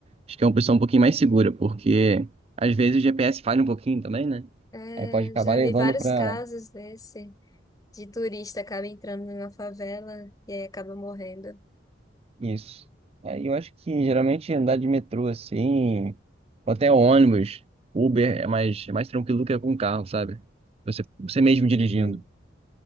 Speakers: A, on the right; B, on the left.
A: Acho que é uma opção um pouquinho mais segura, porque às vezes o GPS falha um pouquinho também, né?
B: É,
A: Aí pode acabar
B: já
A: levando
B: vi vários
A: pra
B: casos desse, de turista acaba entrando numa favela e aí acaba morrendo.
A: Isso. É, eu acho que geralmente andar de metrô assim, ou até ônibus, Uber é mais, é mais tranquilo do que com carro, sabe? Você, você mesmo dirigindo.
B: Uhum.